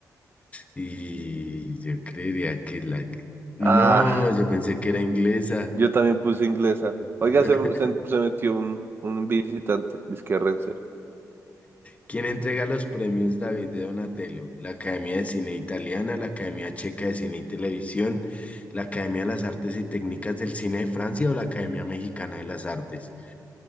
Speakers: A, on the left (about 20°); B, on the right (about 35°).
A: Y yo creería que la... No,
B: Ah,
A: yo pensé que era inglesa.
B: yo también puse inglesa.
A: <laughs>
B: Oiga, se, se, se metió un, un visitante, disque Renzer.
A: ¿Quién entrega los premios David de Donatello? La Academia de Cine Italiana, la Academia Checa de Cine y Televisión, la Academia de las Artes y Técnicas del Cine de Francia o la Academia Mexicana de las Artes.